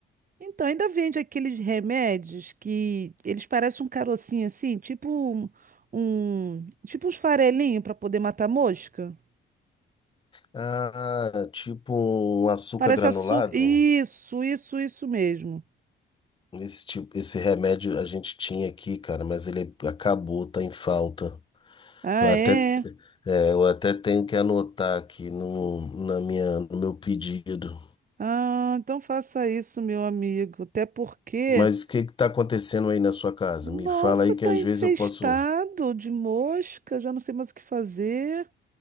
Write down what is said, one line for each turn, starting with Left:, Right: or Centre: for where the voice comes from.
Right: Então, ainda vende aqueles remédios que eles parecem um carocinho assim, tipo um, um- tipo uns farelinhos para poder matar mosca?
Left: Ah, tipo um açúcar
Right: Parece
Left: granulado.
Right: açúcar. Isso, isso, isso mesmo.
Left: Esse tipo, esse remédio a gente tinha aqui, cara, mas ele acabou, tá em falta.
Right: Ah,
Left: Eu até,
Right: é?
Left: é, eu até tenho que anotar aqui no, na minha, no meu pedido.
Right: Ah, então faça isso, meu amigo. Até porque,
Left: Mas o que que tá acontecendo aí na sua casa?
Right: nossa,
Left: Me fala aí
Right: tá
Left: que às
Right: infestado
Left: vezes eu posso.
Right: de mosca, já não sei mais o que fazer.